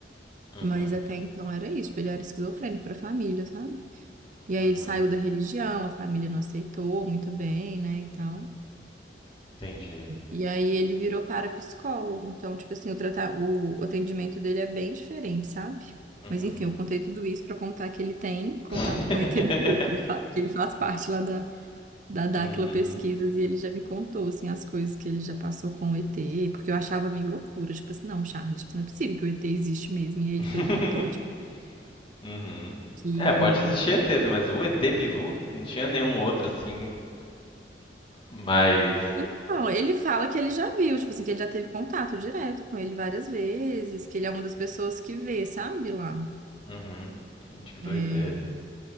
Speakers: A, on the left; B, on the right.
A: Uhum.
B: Mas até então era isso, tipo, ele era esquizofrênico pra família, sabe? E aí
A: Uhum.
B: ele saiu da religião, a família não aceitou muito bem, né? E tal.
A: Entendi.
B: E aí ele virou parapsicólogo. Então, tipo assim, o, trata... o atendimento dele é bem diferente, sabe?
A: Uhum.
B: Mas enfim, eu contei tudo isso pra contar que ele tem contato
A: <laughs>
B: com o ETBU, que ele fa- que ele faz parte lá da, da Dáquila
A: Uhum.
B: Pesquisas, e ele já me contou, assim, as coisas que ele já passou com o ET, porque eu achava meio loucura, tipo assim, não, Charles, tipo, não é possível que o ET existe mesmo. E aí ele
A: <laughs>
B: foi e contou, tipo,
A: Uhum.
B: que...
A: É, pode existir ETs, né, mas o ET Bilu não tinha nenhum outro assim, mais.
B: Então, ele fala que ele já viu, tipo assim, que ele já teve contato direto com ele várias vezes, que ele é uma das pessoas que vê, sabe, lá.
A: Uhum. Gente, que doideira.
B: É,